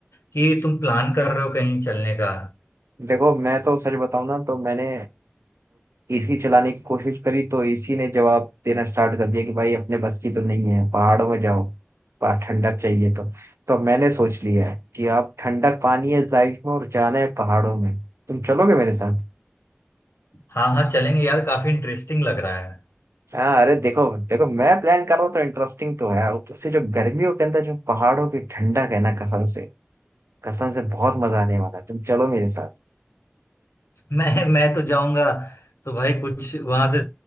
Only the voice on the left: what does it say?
कि तुम प्लान कर रहे हो कहीं चलने का
हाँ हाँ चलेंगे यार काफी इंटरेस्टिंग लग रहा है
<laughs> मैं मैं तो जाऊंगा तो भाई कुछ वहां से